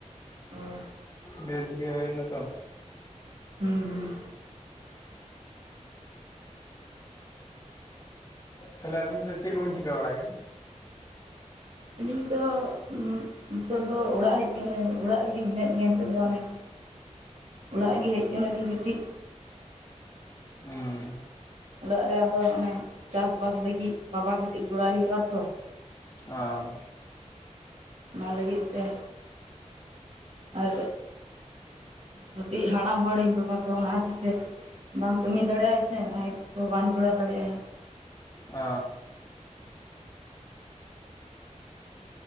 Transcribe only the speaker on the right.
ᱚ
ᱦᱩᱸ ᱦᱩᱸ
ᱟᱹᱞᱤᱧ ᱫᱚ ᱩ ᱱᱤᱛᱚᱜ ᱫᱚ ᱚᱲᱟᱜ ᱦᱮᱡ ᱠᱟᱱᱟᱹ ᱚᱲᱟᱜ ᱨᱮᱜᱮ ᱢᱮᱱᱟᱜ ᱞᱤᱧᱟᱹ ᱱᱤᱛᱚᱜ ᱫᱚ ᱦᱟᱱᱮ ᱚᱲᱟᱜ ᱜᱮ ᱦᱮᱡ ᱠᱟᱱᱟᱞᱤᱧ ᱠᱟᱹᱴᱤᱡ᱾
ᱚᱲᱟᱜ ᱨᱮ ᱟᱫᱚ ᱚᱱᱮ ᱪᱟᱥ ᱵᱟᱥ ᱞᱟᱹᱜᱤᱫ ᱵᱟᱵᱟ ᱠᱟᱹᱴᱤᱡ ᱜᱚᱲᱚᱼᱟᱭ ᱦᱩᱭᱩᱜᱼᱟ ᱛᱚ᱾
ᱚᱱᱟ ᱞᱟᱹᱜᱤᱫ ᱛᱮ, ᱟᱨ ᱢᱤᱫᱴᱤᱡ ᱦᱟᱲᱟᱢ ᱦᱚᱲᱤᱧ ᱵᱟᱵᱟ ᱫᱚ ᱚᱱᱟ ᱦᱩᱫᱤᱥ ᱛᱮ ᱵᱟᱝ ᱠᱟᱹᱢᱤ ᱫᱟᱲᱮᱼᱟᱭ ᱥᱮ ᱱᱟᱦᱮᱞ ᱠᱚ ᱵᱟᱝ ᱡᱚᱲᱟᱣ ᱫᱟᱲᱮᱼᱟᱭ᱾